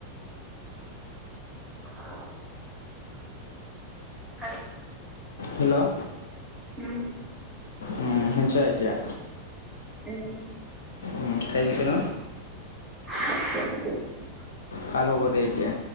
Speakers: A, in the centre; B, on the left.
A: <unintelligible> হেল্লো
B: হেল্ল'
A: উম।
B: উম শুনছা এতিয়া।
A: উম।
B: উম খাই গিছে ন
A: <unintelligible>
B: ভাল হ'ব দে এতিয়া।